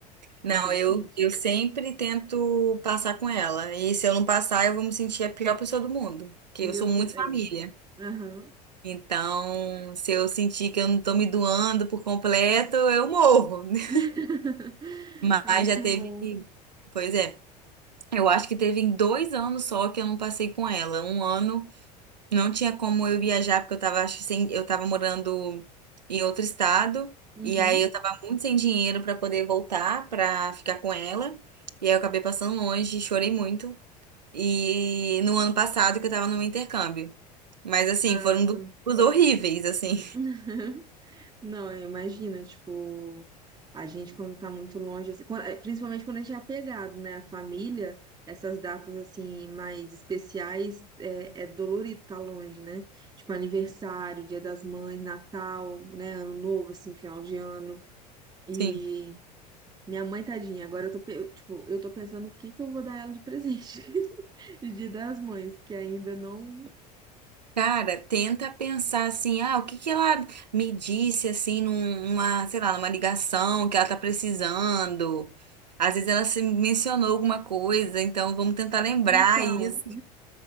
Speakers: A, on the right; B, on the right.
A: Não,
B: Acho que ela
A: eu,
B: sente.
A: eu sempre tento passar com ela. E se eu não passar, eu vou me sentir a pior pessoa do mundo. Porque
B: Meu
A: eu sou muito
B: Deus, é.
A: família.
B: Aham.
A: Então, se eu sentir que eu não tô me doando por completo, eu morro. <laughs>
B: <laughs>
A: Mas
B: Ai,
A: já
B: que
A: teve.
B: bom.
A: Pois é. Eu acho que teve em dois anos só que eu não passei com ela. Um ano. Não tinha como eu viajar, porque eu tava, acho que sem, eu tava morando em outro estado,
B: Uhum.
A: e aí eu tava muito sem dinheiro pra poder voltar, pra ficar com ela. E aí eu acabei passando longe, chorei muito. E no ano passado que eu tava no meu intercâmbio. Mas assim,
B: Ah,
A: foram
B: sim.
A: duas horríveis, assim.
B: <laughs> Não, imagina, tipo, a gente quando tá muito longe, assim, quando- eh, principalmente quando a gente é apegado, né? A família, essas datas, assim, mais especiais, é, é dolorido tá longe, né? Tipo, aniversário, Dia das Mães, Natal, né? Ano Novo, assim, final de ano. E
A: <laughs> Sim.
B: minha mãe, tadinha, agora eu tô, pe- eu, tipo, eu tô pensando o que que eu vou dar ela de presente <laughs> de Dia das Mães, que ainda não
A: Cara, tenta pensar assim, ah, o que que ela me disse assim num- numa, sei lá, numa ligação que ela tá precisando. Às vezes ela se mencionou alguma coisa, então vamos tentar lembrar
B: Então,
A: isso.